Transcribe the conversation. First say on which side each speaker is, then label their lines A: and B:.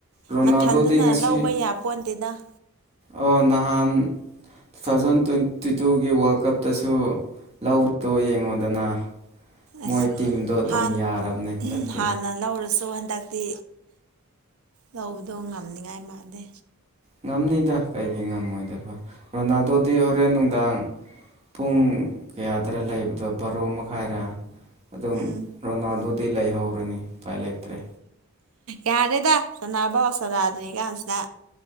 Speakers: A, on the right; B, on the right.
A: ꯔꯣꯅꯥꯜꯗꯣꯗꯤ
B: ꯃꯊꯟꯗꯅ
A: ꯉꯁꯤ
B: ꯂꯧꯕ ꯌꯥ ꯄꯣꯟ ꯇꯦꯗ
A: ꯑꯣ ꯅꯍꯥꯟ ꯇꯨ ꯊꯥꯎꯖꯟ ꯇ꯭ꯋꯦꯟ ꯇꯤꯇꯨꯒꯤ ꯋꯥꯜ ꯀꯞꯇꯁꯨ ꯂꯧꯗꯣ ꯌꯦꯡꯉꯣꯗꯅ ꯃꯣꯏ
B: ꯑꯁ
A: ꯇꯤꯝꯗꯣ ꯑꯗꯨꯝ
B: ꯍꯥꯟ
A: ꯌꯥꯔꯕꯅꯦ ꯍꯟꯗꯛꯇꯤ
B: ꯍꯥꯟꯅ ꯂꯧꯔꯁꯨ ꯍꯟꯗꯛꯇꯤ ꯂꯧꯕꯗꯣ ꯉꯝꯅꯤꯉꯥꯏ ꯃꯥꯟꯗꯦ
A: ꯉꯝꯅꯤꯗ ꯀꯩꯒꯤ ꯉꯝꯃꯣꯏꯗꯕ ꯔꯣꯅꯥꯜꯗꯣꯗꯤ ꯍꯣꯔꯦꯟ ꯅꯨꯡꯗꯥꯡ ꯄꯨꯡ ꯀꯌꯥꯗꯔ ꯂꯩꯕꯗꯣ ꯕꯥꯔꯣ ꯃꯈꯥꯏꯔ ꯑꯗꯨꯝ
B: ꯎꯝ
A: ꯔꯣꯅꯥꯜꯗꯣꯗꯤ ꯂꯩꯍꯧꯔꯅꯤ ꯎꯄꯥꯏ ꯂꯩꯇ꯭ꯔꯦ
B: ꯌꯥꯔꯦꯗ ꯁꯟꯅꯕꯣ ꯁꯟꯅꯗꯤ ꯀꯁꯤꯗ